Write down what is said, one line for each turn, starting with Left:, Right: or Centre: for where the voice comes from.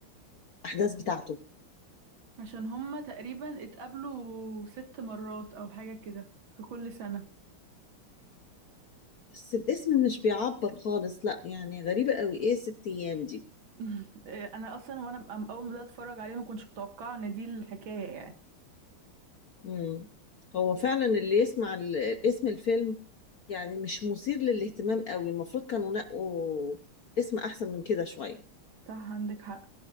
Left: بالاحداث بتاعته
Right: عشان هما تقريبا اتقابلوا ست مرات او حاجة كده في كل سنة
Left: بس الاسم مش بيعبر خالص لا يعني غريبة قوي ايه ست ايام دي
Right: <laughs> إيه، انا اصلا وانا أم- اول ما بدات اتفرج عليه ما كنتش متوقعه ان دي الحكايه يعني
Left: مم. هو فعلا اللي يسمع ال- اسم الفيلم يعني مش مثير للاهتمام قوي المفروض كانوا نقوا اسم احسن من كده شوية
Right: صح عندك حق